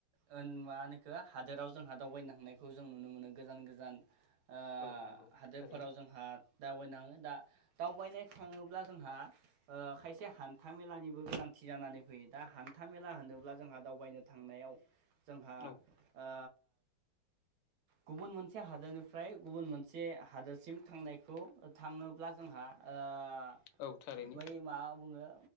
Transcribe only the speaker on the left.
औ नंगौ
थारैनो
औ
औ थारैनो